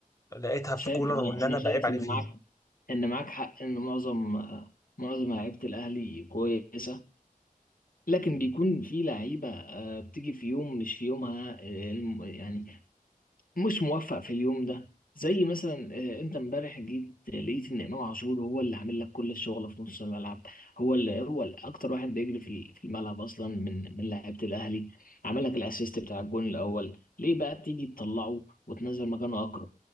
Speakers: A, on the left; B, on the left.
A: لقيتها
B: شايف
A: في كولر
B: انا
A: وإن
B: انا
A: أنا
B: شايف
A: بعيب عليه
B: ان
A: فيه
B: معاك ان معاك حق ان معظم آه، معظم لعيبه الاهلي كويسه لكن بيكون في لعيبه آه، بتيجي في يوم مش في يومها آه، الم- يعني مش موفق في اليوم ده زي مثلا آه، انت امبارح جيت لقيت ان امام عاشور هو اللي عامل لك كل الشغل في نص الملعب هو اللي هو اللي اكتر واحد بيجري في في الملعب اصلا من من لعيبه الاهلي عمل لك الاسيست بتاع الجون الاول ليه بقى تيجي تطلعه وتنزل مكانه اكرم